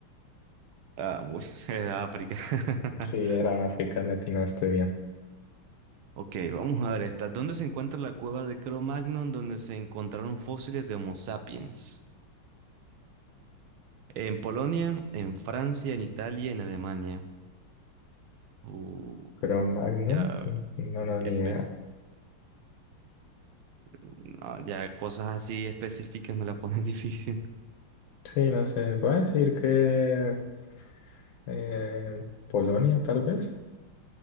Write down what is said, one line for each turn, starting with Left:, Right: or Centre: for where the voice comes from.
Right: Ah, muy <laughs> era África. <laughs>
Left: Sí, era África, le atinaste bien.
Right: Ok, vamos a ver esta. ¿Dónde se encuentra la cueva de Cro-Magnon donde se encontraron fósiles de Homo sapiens? En Polonia, en Francia, en Italia, en Alemania. Uh,
Left: Pero Magnum,
Right: ya,
Left: mm, no, no, ni
Right: especi-
Left: idea.
Right: no, ya cosas así específicas me la ponen <laughs> difícil.
Left: Sí, no sé, voy a decir que eh, Polonia, tal vez.